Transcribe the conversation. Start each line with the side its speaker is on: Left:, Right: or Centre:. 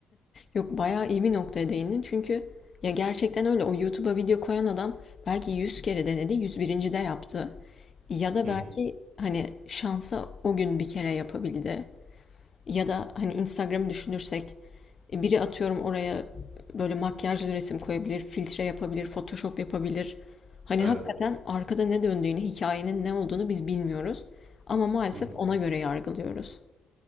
Left: Yok bayağı iyi bir noktaya değindin çünkü ya gerçekten öyle o YouTube'a video koyan adam belki 100 kere denedi 101. de yaptı. Ya da
Right: Hı
Left: belki
Right: hı.
Left: hani şansa o gün bir kere yapabildi. Ya da hani Instagram'ı düşünürsek e, biri atıyorum oraya böyle makyajlı resim koyabilir, filtre yapabilir, Photoshop yapabilir. Hani
Right: Evet.
Left: hakikaten arkada ne döndüğünü, hikayenin ne olduğunu biz bilmiyoruz. Ama maalesef
Right: Hı hı.
Left: ona göre yargılıyoruz.